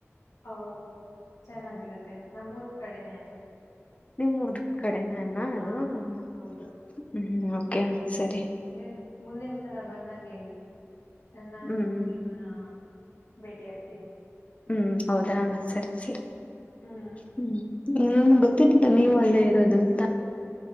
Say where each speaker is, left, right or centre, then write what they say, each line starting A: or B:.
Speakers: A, on the left (about 75°); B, on the left (about 25°).
A: ಓ ಚೆನ್ನಾಗಿರುತ್ತೆ ನಮ್ಮೂರ್ ಕಡೆನೆ ಅದು
B: ನಿಮ್ಮೂರ್ ಕಡೆನ
A: ಹಾ
B: ಅದು ಅದು ಹ್ಮ
A: ಹೌದು
B: ಓಕೆ ಸರಿ
A: ಏ ಮುಂದಿನ ಸಲ ಬಂದಾಗ ಹೇಳಿ ನಾನು
B: ಹ್ಮ್
A: ಇನ್ನು
B: ಹ್ಮ್
A: ನಿಮ್ಮನ್ನ ಭೇಟಿಯಾಗ್ತೀನಿ
B: ಹ್ಮ್ ಹೌದಾ ಸರಿ ಸರಿ
A: ಹ್ಮ್
B: ಹ್ಮ <unintelligible> ಗೊತ್ತಿರಲ್ಲಿಲ್ಲ
A: ಮತ್ತೆ
B: ನೀವು ಅಲ್ಲೇ ಇರೋದು ಅಂತ.